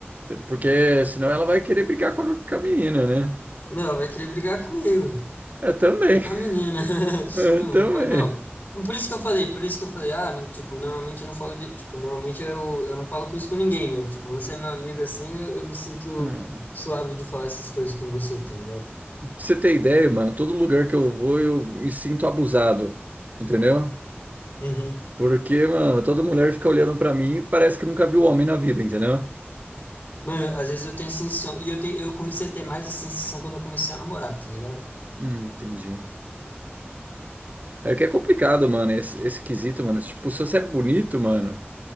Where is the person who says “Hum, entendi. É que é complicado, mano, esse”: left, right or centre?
Right